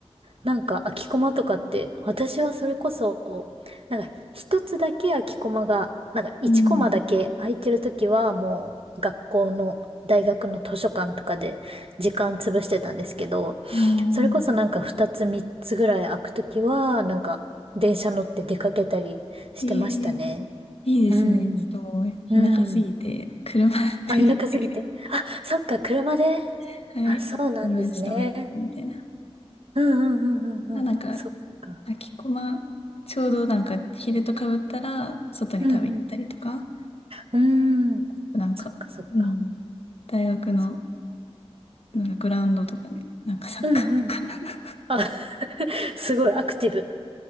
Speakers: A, on the right; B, on the left.
A: なんか空きコマとかって、私はそれこそ、なんか一つだけ空きコマが、なんか一コマだけ空いてるときはもう学校の大学の図書館とかで時間潰してたんですけど、
B: うん。うん。
A: それこそなんか二つ三つぐらい空くときは、なんか電車乗って出かけたりしてましたね。
B: ええいいですね。
A: うん。
B: ちょっともう田舎すぎて、
A: うん。
B: 車で
A: あ、田舎すぎて。あ、そっか、車で。
B: <laughs> はい。
A: あ、そうなんですね。
B: 友達とみんなでみたいな。
A: うんうんうんうんうん。
B: まあなんか、
A: そっか。
B: きこま、ちょうどなんか昼とかぶったら、外に食べ行ったりとか、
A: うんうん。うーん。
B: なんか、
A: そっかそっか。
B: うん、大学の
A: そ
B: なんかグラウンドとかで、なんかサッカーとかなんか
A: うんうんうん。あ、<laughs> すごいアクティブ。